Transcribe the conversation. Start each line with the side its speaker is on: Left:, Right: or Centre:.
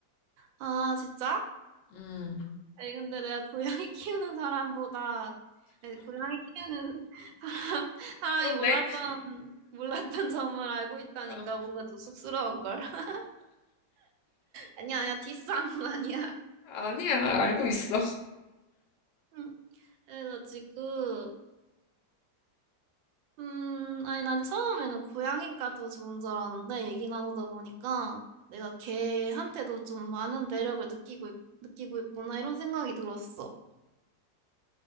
Right: 아, 진짜?
Left: 음.
Right: 아니, 근데 내가 고양이 키우는 사람보다, 아니, 고양이 키우는 <laughs> 사람, 사람이
Left: 그렇네.
Right: 몰랐던, 몰랐던 점을 알고 있다니까
Left: 어,
Right: 뭔가 좀 쑥스러운걸. <laughs> 아니야, 아니야, 디스한 건 아니야.
Left: 아니야, 알고 있어.
Right: 응. 그래가지고, 음, 아니, 난 처음에는 고양이가 더 좋은 줄 알았는데, 얘기 나누다 보니까 내가 걔한테도 좀 많은 매력을 느끼고, 있, 느끼고 있구나, 이런 생각이 들었어.